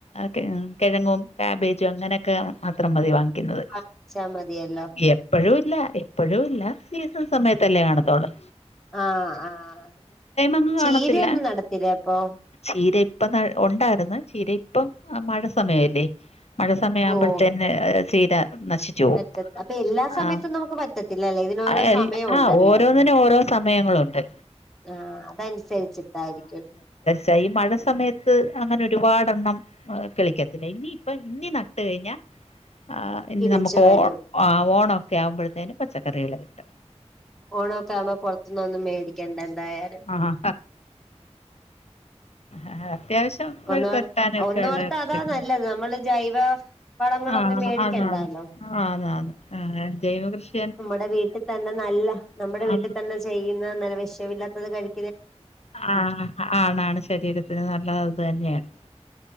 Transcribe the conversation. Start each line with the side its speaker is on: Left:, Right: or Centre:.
Left: കിഴം കിഴങ്ങും കേബേജും അങ്ങനെയൊക്കെ മാത്രം മതി വാങ്ങിക്യുന്നത്
Centre: അച്ചാമതിയല്ലോ
Left: എപ്പഴൂല്ല എപ്പഴൂല്ല സീസൺ സമയത്തല്ലേ കാണത്തൊളു
Centre: ആഹ് ആഹ്
Left: അങ്ങ്
Centre: ചീരയൊന്നും
Left: കാണത്തില്ല
Centre: നടത്തില്ലേ അപ്പൊ
Left: ചീര ഇപ്പം നട് ഉണ്ടാര്ന്ന് ചീര ഇപ്പം മഴ സമയല്ലേ മഴ സമയാമ്പഴ്ത്തന്നെ
Centre: ഓ
Left: ചീര നശി ച്ചോപ്
Centre: പറ്റ അപ്പൊ എല്ലാ സമയത്തും
Left: ആഹ്
Centre: നമുക്ക് പറ്റത്തില്ലല്ലേ ഇതിനോരോ
Left: ആഹ് എൽ
Centre: സമയം ഉണ്ടല്ലേ
Left: ആഹ് ഓരോന്നിനു ഓരോസ് സമയങ്ങളുണ്ട്
Centre: ആഹ് അതൻസരിച്ചിട്ടായിരിക്ക്യും
Left: ചഈ മഴ സമയത്ത് അങ്ങനെ ഒരുപാടണ്ണം കിളിക്ക്യത്തില്ല ഇനിയിപ്പ ഇഞി നട് ട്ട് കഴിഞ്ഞാ ആഹ് ഇന്
Centre: തിരിച്ചു
Left: നമൊക്ക്
Centre: വരും
Left: ഓഹ് ഓണം ഒക്കെ ആവുമ്പഴ്ത്തേനും പച്ചക്കറികള് കിട്ടും
Centre: ഓണോക്കെ ആവുമ്പോ പൊറത്ത്ന്നൊന്നും മേടിക്ക്യണ്ട എന്തായ
Left: ആഹ് ആഹ് അത്യാവശ്യം
Centre: ഒന്നോർ
Left: ഒര് കൊറ്റാനൊക്കെള്ളെ
Centre: ഒന്നോർത്താ
Left: സ്‌പെട്
Centre: അതാ നല്ലത് നമ്മള് ജൈവ വളങ്ങളൊന്നും
Left: ആഹ് ന്ന
Centre: മേടിക്കണ്ടാലോ
Left: അതാൺ ആതാതെ ആഹ് ജൈവ കൃഷ്
Centre: ഉമ്മടെ വീട്ടിതന്നെ നല്ല നമ്മടെ
Left: ആ,
Centre: വീട്ടി തന്നെ ചെയ്യുന്ന നല്ല വിഷമില്ലാത്തത് കഴി
Left: ആഹ് ആണാണ് ശരീരത്തിന് നല്ലത് അത് തന്നെയാണ്